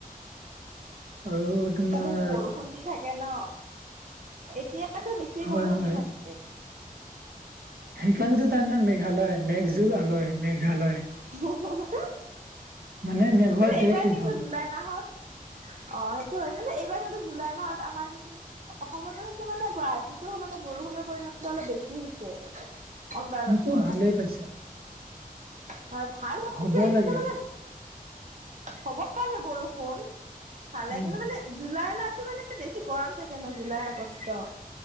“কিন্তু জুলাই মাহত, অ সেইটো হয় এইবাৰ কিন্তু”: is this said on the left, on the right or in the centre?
Right